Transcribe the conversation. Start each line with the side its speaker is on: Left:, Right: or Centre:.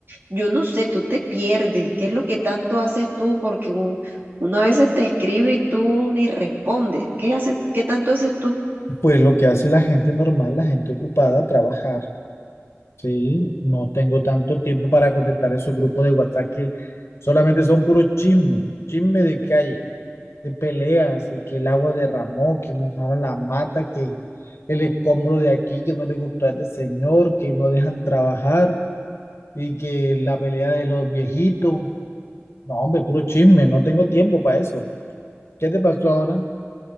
Right: yo no sé, tú te pierdes. ¿Qué es lo que tanto haces tú? Porque un- uno a veces te escribe y tú ni respondes. ¿Qué haces, qué tanto haces tú?
Left: Pues lo que hace la gente normal, la gente ocupada, trabajar, ¿sí? No tengo tanto tiempo para contestar esos grupos de WhatsApp que solamente son puro chisme, chisme de calle, de peleas, de que el agua derramó, que mojaron la mata, que el escombro de aquí, que no le gustó a este señor, que no dejan trabajar y que la pelea de los viejitos. No, hombre, puro chisme, no tengo tiempo para eso. ¿Qué te pasó ahora?